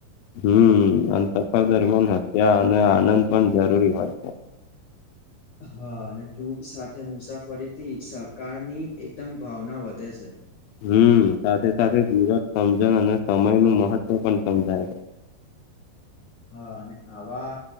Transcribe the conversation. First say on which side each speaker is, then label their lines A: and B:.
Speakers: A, on the left; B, on the left.
A: હમ્મ અને સફર દરમિયાન ત્યાં અને આનંદ પણ જરૂરી હોય છે.
B: હા અને જૂથ સાથે મુસાફરીથી સરકારની એકદમ ભાવના વધે છે.
A: હમ્મ સાથે સાથે વિરજ સમજણ અને સમય નું મહત્વ પણ સમજાય છે.
B: હા અને આવા...